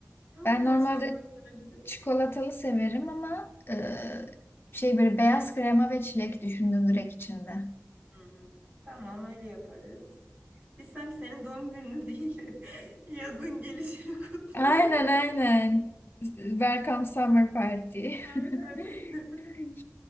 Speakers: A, on the right (about 35°); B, on the left (about 45°).
A: <laughs>
B: Ben
A: Hoş
B: normalde
A: olur bence.
B: çikolatalı severim ama e, şey böyle beyaz krema ve çilek düşündüm direkt içinde.
A: Hmm. Tamam öyle yaparız. Biz sanki senin doğum gününü değil, de <laughs> yazın gelişini kutluyoruz.
B: Aynen aynen. Welcome Summer Party.
A: Aynen.
B: <laughs>
A: <laughs>